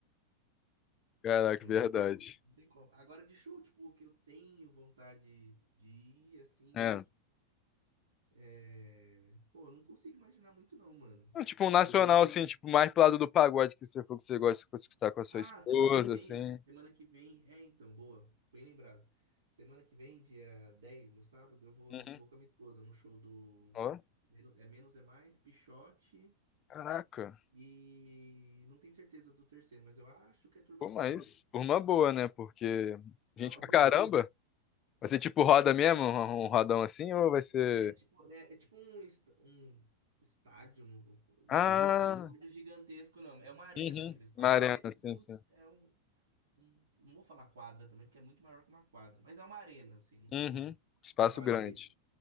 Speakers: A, on the left (about 30°); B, on the right (about 60°).
A: Caraca,
B: Não
A: verdade.
B: tem como, não tem como. Agora, de show, tipo, que eu tenho vontade de ir, assim,
A: É.
B: é... Pô, eu não consigo imaginar muito não, mano.
A: Não, Tipo,
B: Tipo
A: um nacional,
B: assim, não tem...
A: assim, tipo, mais pro lado do pagode que você for que você gosta de escutar com a sua
B: Ah,
A: esposa,
B: semana que vem,
A: assim.
B: semana que vem, é, então, boa, bem lembrado. Semana que vem, dia 10, no sábado, eu vou,
A: Uhum.
B: no, vou com a minha esposa no show do...
A: Ó,
B: Meno- É Menos é Mais, Pixote...
A: caraca.
B: E não tenho certeza do terceiro, mas eu acho que é Turma
A: Pô,
B: de
A: mas
B: Pagode.
A: por uma boa, né? Porque gente
B: Não, a
A: pra
B: boa.
A: caramba. Vai ser tipo roda mesmo, um um um rodão assim, ou vai ser.
B: É tipo, é, é tipo um, est- um estádio, não, não- não
A: Ah,
B: vou- não é estádio gigantesco, não. É uma arena
A: uhum.
B: que eles falam,
A: Uma arena,
B: que é tipo
A: sim, sim.
B: um, é um, um- Não vou falar quadra também, porque é muito maior que uma quadra. Mas é uma arena, assim, não sei
A: Uhum. Espaço
B: falar
A: grande.
B: direito.